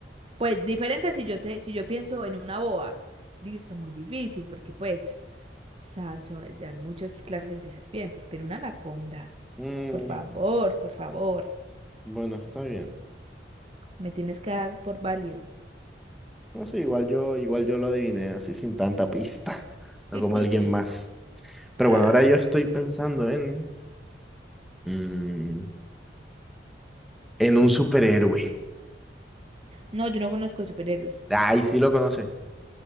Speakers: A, on the right; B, in the centre.
A: Pues diferente si yo te, si yo pienso en una boa. Listo, muy difícil, porque pues, sabes, son- hay muchas clases de serpientes, pero una anaconda.
B: Mm,
A: Por favor, por favor,
B: bueno, está bien.
A: me tienes que dar por válido.
B: No sé, igual yo, igual yo lo adiviné así sin tanta pista, no
A: <laughs>
B: como alguien más. Pero
A: Ah.
B: bueno, ahora yo estoy pensando en, mm, en un superhéroe.
A: No, yo no conozco de superhéroes.
B: Ay, sí lo conoce,